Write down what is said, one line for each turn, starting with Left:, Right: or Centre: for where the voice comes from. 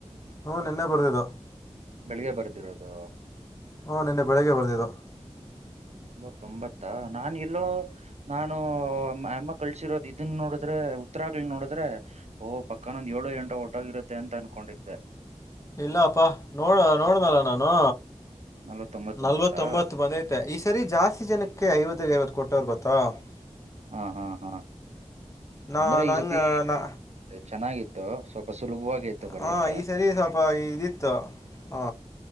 Left: ಹ್ಮ ನಿನ್ನೆ ಬರ್ದಿದ್ದ
Right: ಬೆಳಿಗ್ಗೆ ಬರ್ದಿರೋದು
Left: ಹಓ ನಿನ್ನೆ ಬೆಳಿಗ್ಗೆ ಬರ್ದಿದ್ದು
Right: ಹೋ ತೊಂಬತ್ತಾ ನಾ ಎಲ್ಲೋ ನಾ ನ ಅಮ್ಮ ಕಳಸರೋದು ಇದನ್ನ ನೋಡಿದ್ರೆ ಉತ್ತರಾಗಳ ನೋಡಿದ್ರೆ ಓಹ ಪಕ್ಕಾನ ಒಂದ ಏಳು ಎಂಟ ಒಟಗಿರುತ್ತೆ ಅಂತ ಅನ್ಕೊಂಡಿದ್ದೆ
Left: ಇಲ್ಲಪ್ಪಾ ನೋಡ ನೋಡನಲ್ಲ ನಾನು
Right: ನಲ್ವತ್ತೊಂಬತ್
Left: ನಲ್ವತ್ತೊಂಬತ್ತು
Right: ಬಂದಿತ್ತಾ
Left: ಬಂದೈತೆ ಈ ಸರಿ ಜಾಸ್ತಿ ಜನಕ್ಕೆ ಐವತ್ತ ಐವತ್ತು ಕೊಟ್ಟೋವರ್ ಗೊತ್ತ ಕುತ್ತ
Right: ಹಾ ಹಾ ಹಾ
Left: ನಾ
Right: ಅಂದ್ರೆ
Left: ನಂಗೆ
Right: ಈ ಸತಿ
Left: ನಾ
Right: ಚೆನ್ನಾಗಿತ್ತು ಸ್ವಲ್ಪ ಸುಲಭವಾಗಿ ಇತ್ತು ಬರೆಯಕ್ಕೆ
Left: ಹಾ ಈ ಸರಿ ಸ್ವಲ್ಪ ಇದಿತ್ತು ಹ